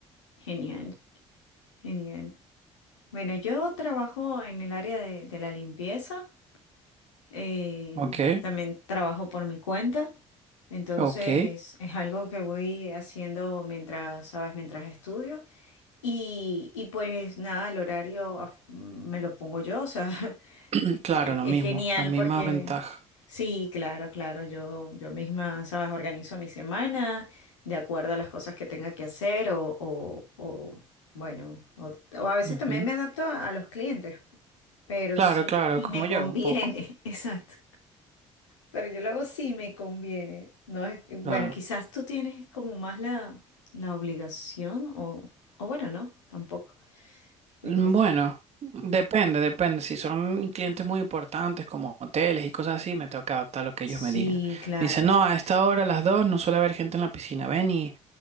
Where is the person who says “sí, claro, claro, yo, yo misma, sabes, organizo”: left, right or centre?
Left